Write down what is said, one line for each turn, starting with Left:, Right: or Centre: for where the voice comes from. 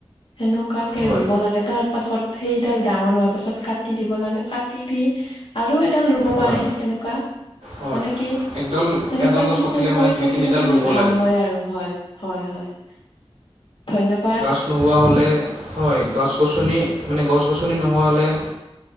Left: সেনেকুৱাকে
Right: হয়
Left: ৰুব লাগে তাৰ পাছত সেইডাল ডাঙৰ হোৱাৰ পাছত কাটি দিব লাগে কাটি দি আৰু এডাল ৰুব
Right: হয়
Left: পাৰে সেনেকুৱা
Right: হয়
Left: মানে কি
Right: একডাল
Left: এনেকুৱা
Right: এডাল গছ
Left: চিষ্টেম
Right: কাটিলে মানে
Left: কৰি
Right: দুই
Left: থাকিলে
Right: তিনিডাল
Left: মানে
Right: ৰুব
Left: ভাল
Right: লাগে
Left: হয় আৰু হয় হয় হয়। ধন্যবাদ
Right: গছ নোহোৱা হ'লে হয় গছ গছনি। মানে গছ গছনি নোহোৱা হ'লে অ